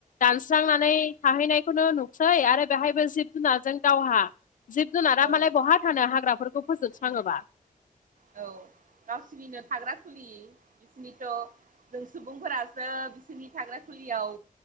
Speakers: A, on the left; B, on the right.
A: दानस्रांनानै थाहैनायखौनो नुसै आरो बेहायबो जिब-जुनारजों दावहा जिब जुनारा
B: औ
A: मालाय बहा थानो हाग्राफोरखौ फोजोबस्राङोबा
B: उम औ गावसनिनो थाग्रा खुलि बिसिनिथ' जों सुबुंफोरासो बिसोरनि थाग्रा खुलिआव